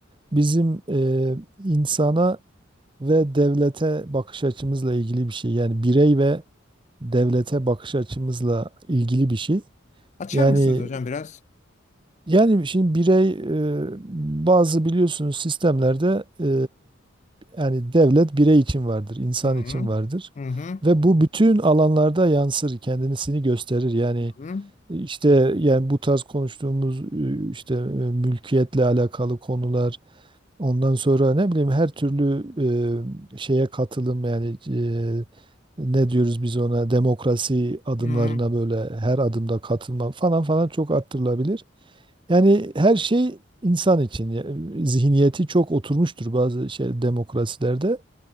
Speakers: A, on the right; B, on the left.
A: bizim e, insana ve devlete bakış açımızla ilgili bir şey. Yani birey ve devlete bakış açımızla ilgili bir şey.
B: Açar
A: Yani
B: mısınız hocam biraz?
A: yani şimdi birey e, bazı biliyorsunuz sistemlerde e, yani devlet birey için vardır, insan
B: Hı hı.
A: için vardır.
B: Hı hı.
A: Ve bu bütün alanlarda yansır, kendisini gösterir. Yani
B: Hı hı.
A: işte yani bu tarz konuştuğumuz e, işte e, mülkiyetle alakalı konular Ondan sonra ne bileyim her türlü e, şeye katılım yani e, ne diyoruz biz ona demokrasi adımlarına
B: Hı hı.
A: böyle her adımda katılma falan falan çok arttırılabilir. Yani her şey insan için ya- zihniyeti çok oturmuştur bazı şey demokrasilerde.